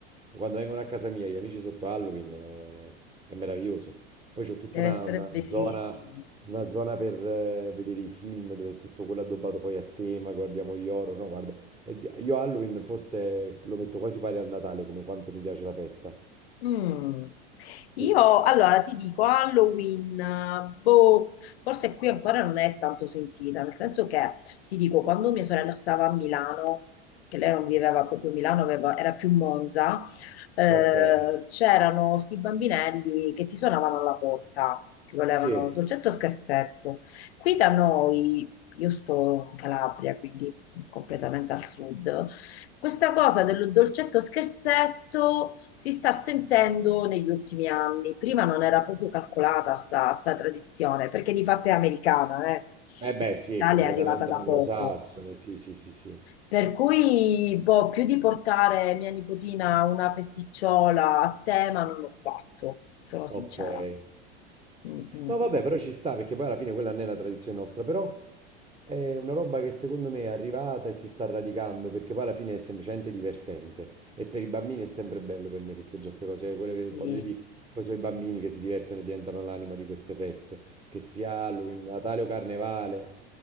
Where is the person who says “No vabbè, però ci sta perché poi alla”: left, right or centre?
Right